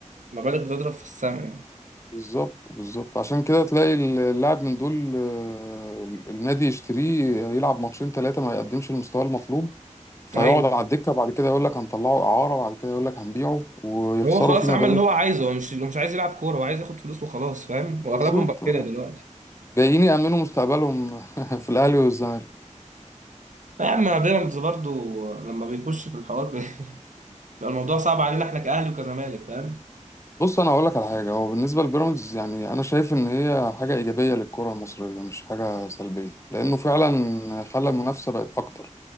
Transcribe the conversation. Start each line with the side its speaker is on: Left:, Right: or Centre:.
Right: المبالغ بتضرب في السماء يعني
Left: بالظبط بالظبط عشان كده تلاقي اللاعب من دول آه، النادي يشتريه يلعب ماتشين ثلاثة ما يقدمش المستوى المطلوب فيقعد
Right: ايوه
Left: على الدكة بعد كده يقول لك هنطلعه إعارة بعد كده يقول لك هنبيعه ويخسروا
Right: هو خلاص
Left: فيه مبالغ
Right: عمل اللي هو عايزه هو مش مش عايز يلعب كوره هو عايز ياخد فلوس وخلاص فاهم واغلبهم
Left: بالظبط
Right: بقى
Left: آه.
Right: كده دلوقتي
Left: جايين يأمنوا مستقبلهم <laughs> في الأهلي والزمالك
Right: لا يا عم بيراميدز برضو لما بيخش في الحوار بي- <laughs> بيبقى الموضوع صعب علينا احنا كاهلي وكزمالك فاهم
Left: بص انا هقول لك على حاجه هو بالنسبه لبيراميدز يعني انا شايف ان هي حاجه ايجابيه للكره المصريه مش حاجه سلبيه لانه فعلا خلى المنافسه بقت اكتر